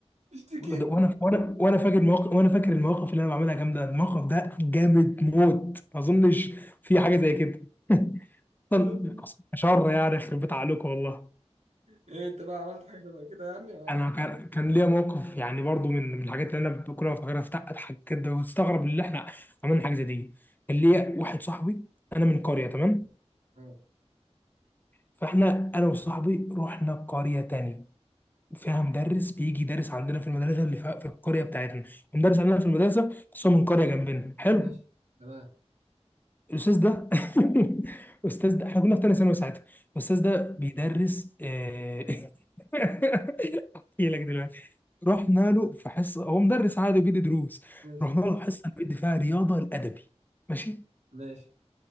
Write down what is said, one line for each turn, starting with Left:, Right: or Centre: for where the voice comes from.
Right: اشتكيني
Left: وده- وانا وانا وانا فاكر المواقف وانا فاكر المواقف اللي انا بعملها جامده الموقف ده جامد موت ما اظنش في حاجه زي كده <laughs>
Right: <laughs>
Left: اصلا شر يعني يخرب بيت عليكم والله
Right: ايه انت بقى عملت حاجة بقى كده يعني مع
Left: انا
Right: أصحابك؟
Left: كان كان ليا موقف يعني برضو من من الحاجات اللي انا كل ما افتكرها أفت- اضحك كده واستغرب اللي احنا عملنا حاجه زي دي كان ليا واحد صاحبي انا من قريه تمام
Right: آه.
Left: فاحنا انا وصاحبي رحنا قريه تاني فيها مدرس بيجي يدرس عندنا في المدرسه اللي في في القريه بتاعتنا المدرس عندنا في المدرسه بس هو من قريه جنبنا حلو
Right: ماشي تمام
Left: الاستاذ ده <laughs> الاستاذ ده احنا كنا في تاني ثانوي ساعتها الاستاذ ده بيدرس آه، <laughs> احكي لك دلوقتي رحنا له في حصه هو مدرس عادي وبيدي دروس
Right: ماشي
Left: رحنا له حصه بيدي فيها رياضه الادبي ماشي
Right: ماشي